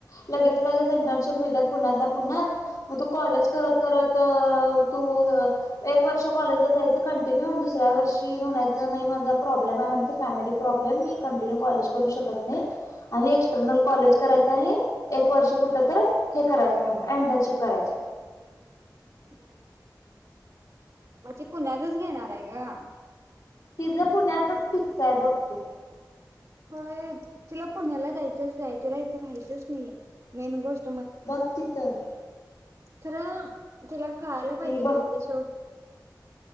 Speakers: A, on the left; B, on the right.
A: लगेच लगेच इंटर्नशिप मिळतात पुण्यातल्या पुण्यात मग तू कॉलेज करत करत तू एक वर्ष कॉलेजला जायचं कंटिन्यू आणि दुसऱ्या वर्षी म्हणायचं नाही माझा प्रोब्लेम आहे म्हणून फॅमिली - प्रोब्लेम नाही कंटिन्यू कॉलेज करू शकत. आणि एक्सटर्नल कॉलेज करायच आणि एक वर्ष कुठ तर हे करायच म्हणुनअंदा - छप करायची -
B: हम्म म्हणजे पुण्यातच घेणार आहे ग -
A: तिझं पुण्यातच फिक्स हाय बघतो.
B: होय तिला पुण्याला जायचंच तिला इथं राहाचच नाही मेन गोष्ट -
A: बघ की तर -
B: तर तिला कळाला पाहिजे
A: ब
B: बाई ते सोड -